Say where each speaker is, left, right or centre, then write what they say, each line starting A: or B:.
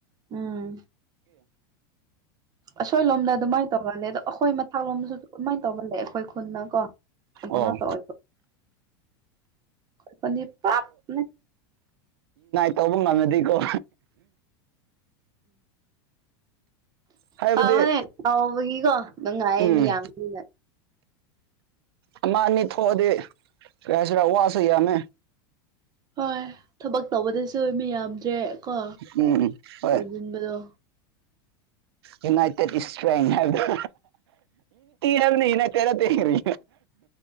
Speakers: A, on the right; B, on the right.
A: ꯎꯝ ꯑꯁꯣꯏ ꯂꯣꯝꯗ ꯑꯗꯨꯃꯥꯏꯅ ꯇꯧ ꯐꯂꯦ ꯑꯗꯣ ꯑꯩꯈꯣꯏ ꯃꯊꯥꯛꯂꯣꯝꯁꯨ ꯑꯗꯨꯃꯥꯏꯅ ꯇꯧꯕ ꯂꯩ ꯑꯩꯈꯣꯏ ꯈꯨꯅ ꯀꯣ
B: ꯑꯣ
A: ꯉ ꯇ ꯑꯣꯏꯕ ꯑꯩ ꯄꯥꯄꯅꯦ
B: ꯇꯕꯨꯨꯡ ꯉꯃꯦꯗꯤꯀꯣ ꯍꯥꯏꯕꯗꯤ
A: ꯑ ꯐꯕꯅꯦ ꯆꯥꯎꯥꯕꯒꯤꯀꯣ ꯅꯨꯡꯉꯥꯏꯌꯦ
B: ꯎꯝ
A: ꯃꯤ ꯌꯥꯝꯒꯤꯅ
B: ꯑꯃ ꯑꯅꯤ ꯊꯣꯛꯑꯗꯤ ꯀꯥꯏꯁꯤꯔ ꯋꯥꯁꯨ ꯌꯥꯃꯦ
A: ꯍꯣꯏ ꯊꯕꯛ ꯇꯧꯕꯗꯁꯨꯕ ꯌꯥꯝꯗ꯭ꯔꯦ ꯀꯣ
B: ꯎꯝ ꯍꯣꯏ
A: ꯀꯗꯟꯕꯗꯣ
B: ꯌꯨꯅꯥꯏꯇꯦꯠ ꯏꯁꯇꯦꯠ ꯍꯥꯏꯕ ꯔ ꯕꯅꯤ ꯏꯅ ꯇꯦꯔ ꯇꯔꯤ